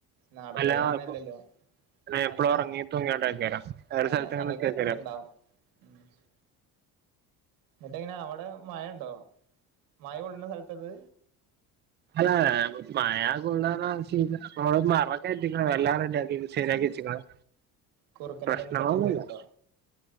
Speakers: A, on the right; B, on the right.
A: നാടൻ
B: അല്ല
A: കോഴി അങ്ങനെ അല്ലല്ലോ
B: എപ്പളും
A: അല്ല
B: ഉറങ്ങീട്ടും ഇങ്ങോട്ടേക്കാരം വേറെ
A: അതിന്
B: സ്ഥലത്ത്ങ്ങനെ
A: നല്ല
B: നിക്കേക്കാരം
A: കരുത്തുണ്ടാവും മ്ഹ് എന്നിട്ട് എങ്ങനാ അവിടെ മഴ ഉണ്ടോ മഴ കൊള്ളുന്ന സ്ഥലത്താ ഇത്
B: അല്ല മഴ കൊള്ളണ <unintelligible> അപ്പൊ മറ കെട്ടീക്കണ് എല്ലാം റെഡി ആക്കീക്ക് ശരിയാക്കി വച്ചിക്കണ്
A: കുറുക്കനെ
B: പ്രശ്നങ്ങളൊന്നൂല്ല
A: തന്നെ ശല്യം എന്തേലും ഉണ്ടോ